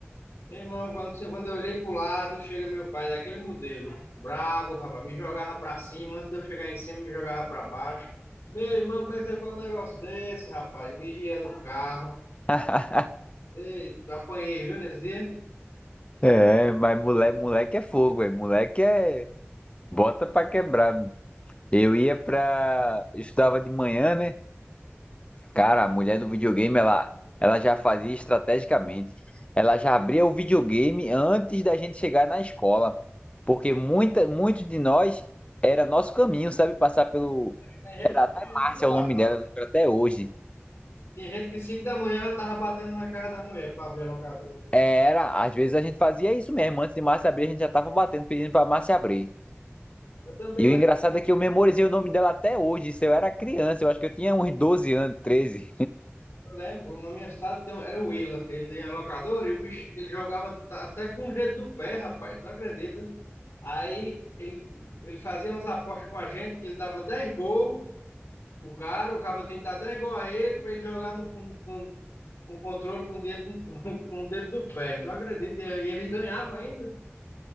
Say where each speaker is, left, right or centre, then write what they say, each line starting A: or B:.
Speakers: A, on the left; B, on the left.
A: Meu irmão, quando, quando eu olhei pro lado, chega meu pai daquele modelo, brabo, rapaz, me jogava pra cima, antes de eu chegar em cima, me jogava pra baixo. Meu irmão, como é que você faz um negócio desse, rapaz? Vigiando o carro.
B: <laughs>
A: Ei, apanhei, viu, nesse dia?
B: É, mas moleque, moleque é fogo, velho. Moleque é. Bota pra quebrar. Eu ia pra. Eu estudava de manhã, né? Cara, a mulher do videogame, ela, ela já fazia estrategicamente. Ela já abria o videogame antes da gente chegar na escola. Porque muita, muitos de nós era nosso caminho, sabe? Passar pelo.
A: Tem
B: Era
A: gente que
B: até
A: dizia
B: Márcia
A: lá.
B: é o nome dela, eu lembro até hoje.
A: Tinha gente que 5 da manhã já tava batendo na casa da mulher para abrir a locadora.
B: Era, às vezes a gente fazia isso mesmo. Antes de Márcia abrir, a gente já tava batendo, pedindo pra Márcia abrir.
A: Eu também
B: E
A: lembro,
B: o engraçado é que eu memorizei o nome dela até hoje. Isso eu era criança, eu acho que eu tinha uns doze anos, treze.
A: lembro, na minha cidade tem um- era o Willa. Ele tinha locadora e o bicho, ele jogava ta- até com o dedo do pé, rapaz. Tu acredita? Aí ele, ele fazia umas apostas com a gente que ele dava 10 gols o cara, o cabo tinha que dar 10 gols a ele para ele jogar no- com, com, com controle com o dedo, <laughs> com, o dedo do pé. Tu acredita? E ele ganhava ainda.